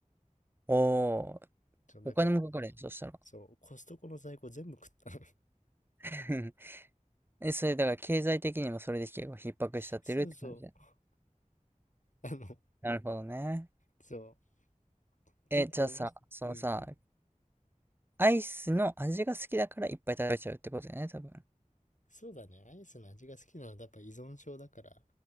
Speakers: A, on the right (about 15°); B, on the left (about 65°).
A: おー。
B: とだから、
A: お金もかかるよ、そしたら。
B: そう、コストコの在庫全部食ったの。
A: <laughs> え、それだから経済的にもそれで結構逼迫しちゃってるって感じだよね
B: <laughs> そうそう。あの、
A: なるほどね。
B: そう。
A: え、
B: 結構面白い。
A: じゃあさ、そのさ、
B: うんうん。
A: アイスの味が好きだからいっぱい食べちゃうってことだよね、多分。
B: そうだね。アイスの味が好きなのはやっぱ依存症だから、